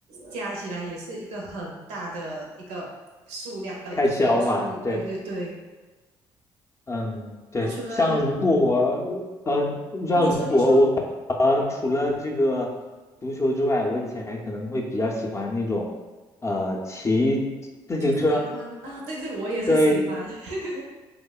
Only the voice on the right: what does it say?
加起来也是一个很大的一个数量，呃，
就是一个数目。
对对对，
那除了嗯
啊，你说你说。
骑自行车啊，对对，我也是喜欢，
<laughs>